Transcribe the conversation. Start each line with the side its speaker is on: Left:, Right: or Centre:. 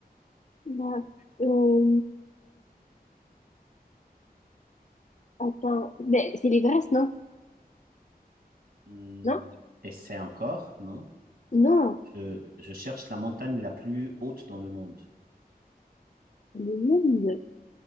Left: Bah, euh, attends, ben, c'est l'Everest, non?
Right: Hmm,
Left: Non?
Right: et c'est encore, non?
Left: Non,
Right: Je, je cherche la montagne la plus haute dans le monde.
Left: Le monde.